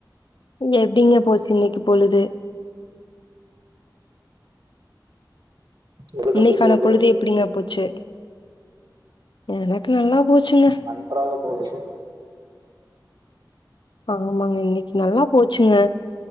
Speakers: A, on the left (about 85°); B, on the right (about 60°).
A: இங்க எப்டிங்க போச்சு இன்னைக்கு பொழுது
B: உங்களுக்கு
A: இன்னைக்கான
B: எப்படி போகுது
A: பொழுது எப்டிங்க போச்சு எனக்கு நல்லா போச்சுங்க
B: நன்றாக போகுது
A: ஆமாங்க இன்னைக்கு நல்லா போச்சுங்க